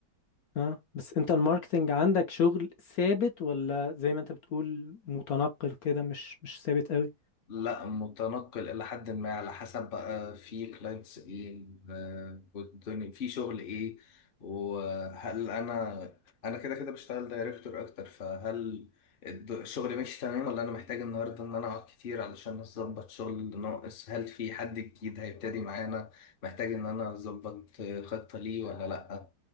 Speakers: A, on the left; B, on the left.
A: اه بس انت الماركتنج عندك شغل ثابت ولا زي ما انت بتقول متنقل كده مش مش ثابت قوي
B: لا متنقل إلى حد ما على حسب بقى في كلاينتس إيه آه، والدنيا في شغل إيه وهل أنا أنا كده كده بشتغل دايركتور أكتر فهل الد- الشغل ماشي تمام ولا أنا محتاج النهاردة إن أنا أقعد كتير علشان أظبط شغل اللي ناقص هل في حد جديد هيبتدي معانا محتاج إن أنا أظبط آه، خطة ليه ولا لأ